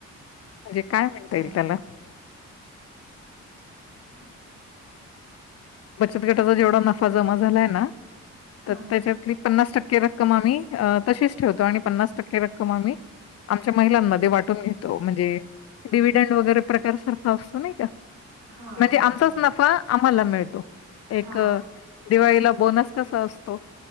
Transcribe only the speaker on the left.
म्हणजे काय म्हणता
येईल त्याला
बचत गटाचा जेवढा नफा जमा झालाय ना
तर त्याच्यातली पन्नास टक्के रक्कम आम्ही तशीच ठेवतो आणि पन्नास टक्के रक्कम आम्ही आमच्या महिलांमध्ये वाटून घेतो, म्हणजे
डिव्हीडंड वगैरे प्रकार सारखा असतो नाही का?
म्हणजे
आमचाच नफा आम्हाला मिळतो. एक
दिवाळीला बोनस कसा असतो.